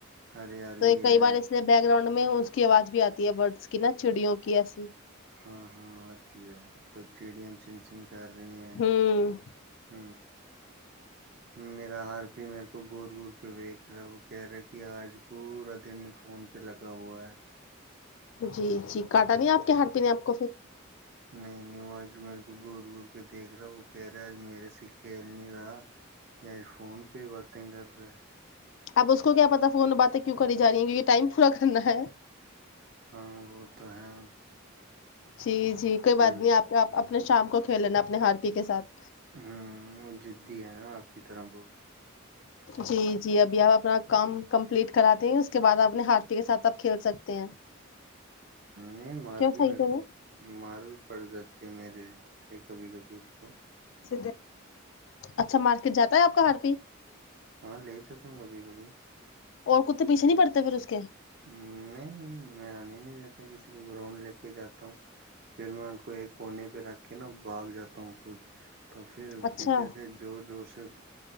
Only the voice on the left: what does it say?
تو یہ کئی
بار اسے بیک گراؤنڈ میں میں اس کی آواز بھی آتی ہے برڈس کی نا چڑیوں کی ایسی
ہوں
جی جی کاٹا نہیں آپ کے ہار پینے آپ کو پھر
اب اس کو کیا پتا فون باتیں کیوں کری جا رہی ہیں کہ یہ ٹائم پورا کرنا ہے
جی جی کوئی
بات نہیں آپپ اپنے شام کو کھیلینا اپنے ہارپتی کےاتھ
جی جی ابھی آپ اپنا کام کمپلیٹ کراتے ہیں اس کے بعد اپنے ہاتی کے ساتھ آپ کھیل سکتے ہیں
کیا
خائی
ت
میں
س اچھا مارکیٹ جاتا ہے آپ کا ہھر پہ <inaudible>
اور کتے پیھے نہیں پڑتے پھر اس کے
اچھا